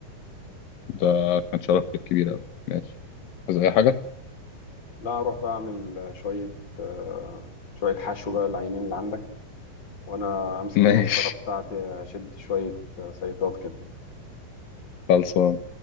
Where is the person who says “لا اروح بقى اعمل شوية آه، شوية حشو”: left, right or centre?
Left